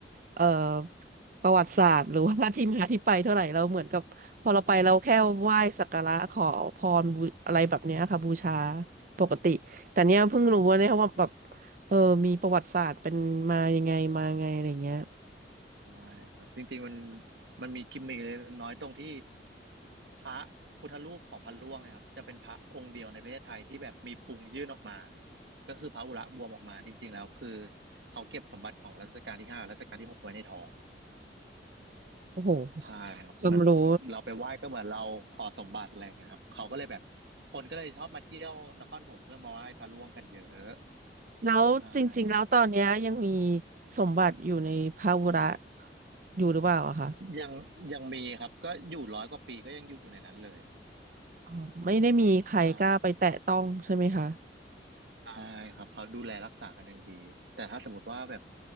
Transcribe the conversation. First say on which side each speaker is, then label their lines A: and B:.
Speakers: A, on the right; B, on the right.
A: เอ่อประวัติศาสตร์หรือว่าที่มาที่ไปเท่าไหร่เราเหมือนกับพอเราไปเราแค่ไหว้สักการะขอพรบูอะไรแบบเนี้ยค่ะบูชาปกติแต่เนี้ยเพิ่งรู้ว่าเนี่ยว่าแบบ
B: อืมอืม
A: เออมีประวัติศาสตร์เป็นมายังไงมาไงอะไรเงี้ย
B: ใช่ครับจริงๆมันมันมีกิมมิคเล็กน้อยตรงที่ พระพุทธรูปของพระร่วงเนะครับจะเป็นพระองค์เดียวในประเทศไทยที่แบบมีพุงยื่นออกมาก็คือพระอุระบวมออกมาจริงๆแล้วคือเขาเก็บสมบัติของรัชกาลที่ห้ารัชกาลที่หกไว้ในท้อง
A: โอ้โห
B: ใช่ครับเหมือนเราไปไหว้ก็เหมือนเราขอสมบัติอะไรเงี้ยครับเขาก็เลยแบบ
A: ความรู้
B: คนก็เลยชอบมาเที่ยวนครปฐมเพื่อมาไหว้พระร่วงกันเยอะ
A: แล้วจริงๆแล้วตอนเนี้ยยังมี
B: ใช่ครับ
A: สมบัติอยู่ในพระวุระอยู่หรือเปล่าอะคะ
B: ยังยังมีครับก็อยู่ร้อยกว่าปีก็ยังอยู่ในนั้นเลย
A: อ๋อไม่ได้มีใครกล้าไปแตะต้องใช่ไหมคะ
B: ใช่ ใช่ครับเขาดูแลรักษากันอย่างดีแต่ถ้าสมมติว่าแบบ